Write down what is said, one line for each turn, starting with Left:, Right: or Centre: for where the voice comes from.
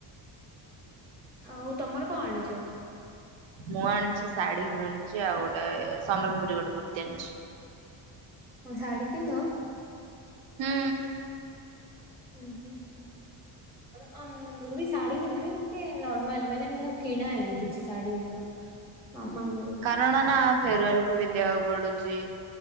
Centre: ଆଉ ତମର କଣ ଆଣିଛ?
Right: ମୁଁ ଆଣିଛି ଶାଢୀ ବି ଆଣିଛି ଆଉ ଗୋଟେ ସମ୍ବଲପୁରୀ ଗୋଟେ କୁର୍ତ୍ତିୀ ଆଣିଛି।
Centre: ତମେ ଶାଢୀ ପିନ୍ଧ?
Right: ହୁଁ।
Centre: ଉହୁଁ ହ। ମୁଁ ବି ଶାଢୀ ପିନ୍ଧିବି ନର୍ମାଲି ମାନେ ମୁଁ କିଣା ହେଇନି କିଛି ଶାଢୀ ମୋର। ମାମାଙ୍କରେ।
Right: କାରଣ ନା ଫେରୱାଲ କୁ ପିନ୍ଧିବାକୁ ପଡୁଛି।